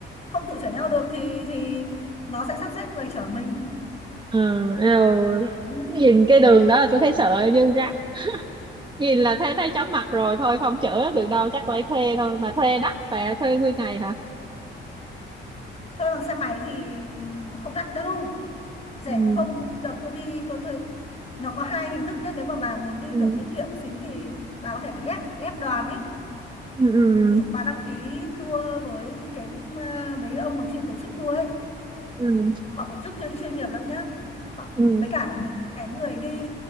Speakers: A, on the left; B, on the right.
A: không tự chở nhau được thì thì nó sẽ sắp xếp người chở mình
B: ừ eo
A: ừ.
B: nhìn cái đường đó là tôi thấy sợ như rắn nhìn là thấy thấy chóng mặt rồi thôi không chữa được đâu chắc phải thuê thôi mà thuê đắt và thuê nguyên ngày hả
A: thuê bằng xe máy thì không đắt đâu rẻ
B: ừ
A: không đợt tôi đi tôi thuê nó có hai hình thức nhé nếu mà bà muốn đi
B: ừ
A: kiểu tiết kiệm một xíu thì bà có thể ghép ghép đoàn ấy
B: ừ ừ
A: ví dụ bạn đăng ký tour với cái ờ, mấy ông mà chuyên tổ chức tour ấy
B: ừ
A: họ tổ chức chuyên chuyên nghiệp lắm nhá họ
B: ừ
A: mấy cả những cái người đi